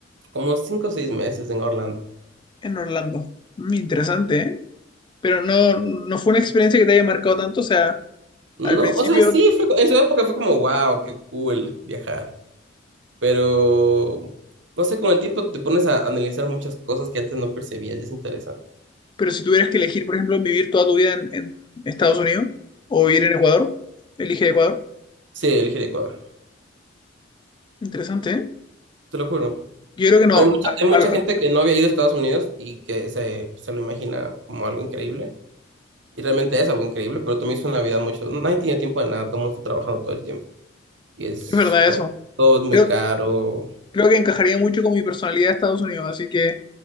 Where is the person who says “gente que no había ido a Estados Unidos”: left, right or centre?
Right